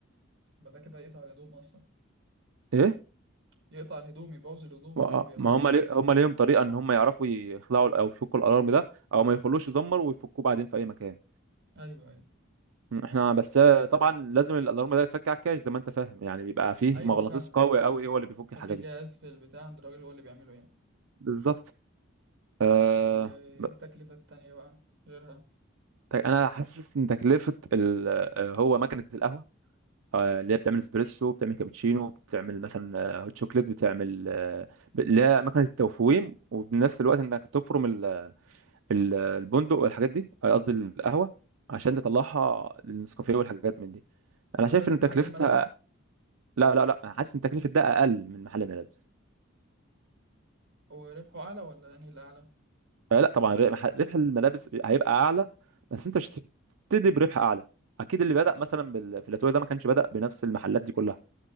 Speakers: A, on the right; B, on the right.
A: ما ده كده يقطع الهدوم اصلا
B: ايه
A: يقطع الهدوم يبوظ الهدوم
B: ما
A: اللي هم بياخدوه
B: ما هم لي... هم ليهم طريقه ان هم يعرفوا يخلعوا او يفكوا الالارم ده او ما يخلوش يزمر ويفكوه بعدين في اي مكان
A: ايوه ايوه
B: م، احنا بس طبعا لازم الالارم ده يتفك على الكاش زي ما انت فاهم يعني بيبقى فيه
A: ايوه
B: مغناطيس
A: فاهمك
B: قوي قوي هو اللي بيفك الحاجه
A: ففي جهاز
B: دي
A: في البتاع عند الراجل هو اللي بيعمله يعني
B: بالظبط أه...
A: طب والتكلفة
B: ب-
A: التانية بقى غيرها
B: ت- انا حاسس ان تكلفه ال... آه، هو مكنه القهوه آه، اللي هي بتعمل اسبريسو بتعمل كابتشينو بتعمل مثلا آه، هوت شوكليت بتعمل آه، ب- اللي هي مكنه التوفويم وبنفس الوقت انك تفرم ال- البندق والحاجات دي آه، قصدي القهوه عشان تطلعها للنسكافيه والحاجات من دي انا شايف
A: ده ده في
B: ان تكلفتها
A: محل الملابس
B: لا لا لا انا حاسس ان تكلفه ده اقل من محل الملابس
A: وربحه اعلى ولا انهي الاعلى
B: آه، لا طبعا ر- مح- ربح الملابس هيبقى اعلى بس انت مش هتبتدي بربح اعلى اكيد اللي بدأ مثلا بال- في الاتوبيس ده ما كانش بدأ بنفس المحلات دي كلها